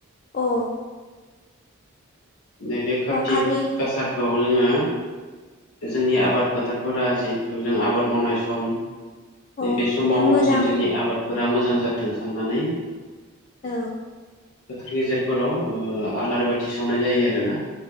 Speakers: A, on the left (about 35°); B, on the left (about 85°).
A: औ
B: नैबे कार्ति
A: खालि
B: गासाखौ जोङो जोंनि आबाद फोथारफोरा जिहेथु जों आबाद मावनाय सम
A: अ
B: नैबे समाव
A: बे मोजां
B: जि जोंनि आबादफोरा मोजां जाथों साननानै
A: औ।
B: फोथार गेजेरफोराव ओ आलारि बाथि सावनाय जायो आरो ना।